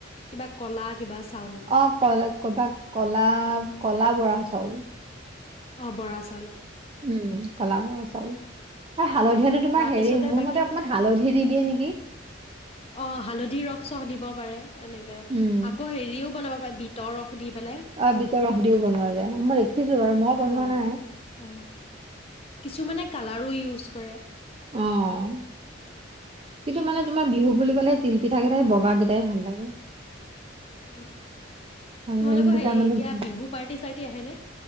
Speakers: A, on the left; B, on the right.
A: কিবা কলা কিবা চাউল
B: অ কিবা কলা কলা বৰা চাউল
A: অ বৰাচাউল
B: উম কলাবৰা চাউল আৰু হালধীয়াটো
A: উম
B: তোমাৰ
A: তাৰপিছতে
B: হেৰি মোৰ
A: বাকী
B: মতে অকমান হালধি দি দিয়ে নেকি
A: অ হালধি ৰস চস দিব পাৰে এনেকে
B: উম
A: আকৌ হেৰিও বনাব পাৰি বিটৰ ৰস দি পেলাই
B: অ বিটৰ বনোৱা যায় আমাৰ দেখিছো বাৰু মই বনোৱা
A: অ
B: নাই
A: অ কিছুমানে কালাৰো ইউজ কৰে
B: আহ কিন্তু মানে তোমাৰ বিহু বুলি ক'লে তিলপিঠা কেইটাই বগা কেইটাই ভাল লাগে
A: অ অ
B: কালাৰিং
A: তোমালোকৰ
B: কেইটা
A: হেই
B: মানে
A: এতিয়া
B: ভাল
A: বিহু পাৰ্টি চাৰ্টি আহে নে